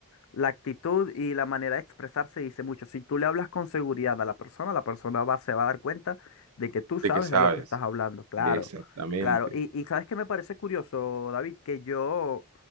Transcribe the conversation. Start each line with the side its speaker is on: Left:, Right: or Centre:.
Left: la actitud y la manera de expresarse dice mucho. Si tú le hablas con seguridad a la persona, la persona va, se va a dar cuenta de que tú sabes
Right: ¿De qué sabes?
Left: de lo que estás hablando. Claro,
Right: Exactamente.
Left: claro. Y, y sabes que me parece curioso, David, que yo